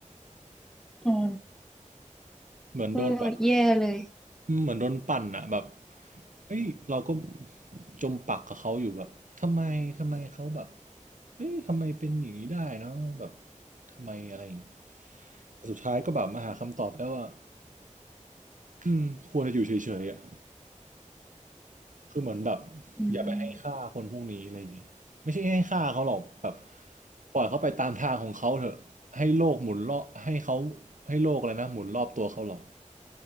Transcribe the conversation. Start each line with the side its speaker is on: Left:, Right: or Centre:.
Centre: อ๋อ
Right: เหมือนโดนแบบ
Centre: ก็แย่เลย
Right: อืมเหมือนโดนปั่นอะแบบเฮ้ยเราก็จมปักกับเขาอยู่แบบทำไมทำไมเขาแบบเอ๊ะทำไมเป็นอย่างนี้ได้เนาะแบบทำไมอะไรอย่างเงี้ยแต่สุดท้ายก็แบบมาหาคำตอบแล้วว่าอืมควรจะอยู่เฉยๆอะ คือเหมือนแบบ
Centre: อืม
Right: อย่าไปให้ค่าคนพวกนี้อะไรเงี้ยไม่ใช่ให้ค่าเขาหรอกแบบปล่อยเขาไปตามทางของเขาเถอะให้โลกหมุนรอบให้เขาให้โลกอะไรนะหมุนรอบตัวเขาหรอ